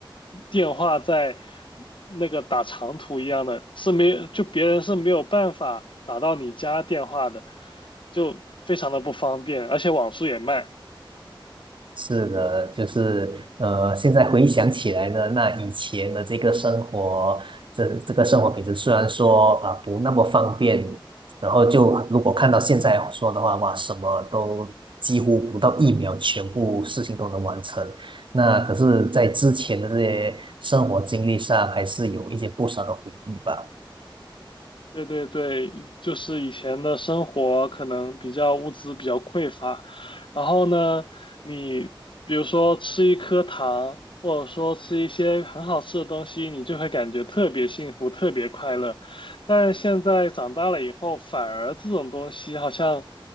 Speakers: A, on the left (about 65°); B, on the right (about 65°).
A: 电话在那个打长途一样的，是没，就别人是没有办法打到你家电话的，就非常的不方便，而且网速也慢。
B: 是的，就是呃，现在回想起来呢，那以前的这个生活，这这个生活品质虽然说啊、呃不那么方便，然后就如果看到现在说的话，哇，什么都几乎不到一秒，全部事情都能完成。那可是，在之前的这些生活经历上，还是有一些不少的回忆吧。
A: 对对对，就是以前的生活可能比较物资比较匮乏，然后呢，你比如说吃一颗糖，或者说吃一些很好吃的东西，你就会感觉特别幸福，特别快乐。但现在长大了以后，反而这种东西好像，